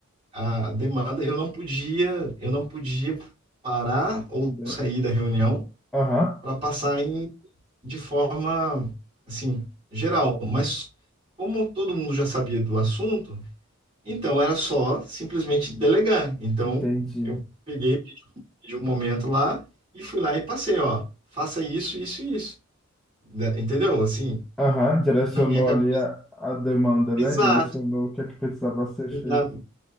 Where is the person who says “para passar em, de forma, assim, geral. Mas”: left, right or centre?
Right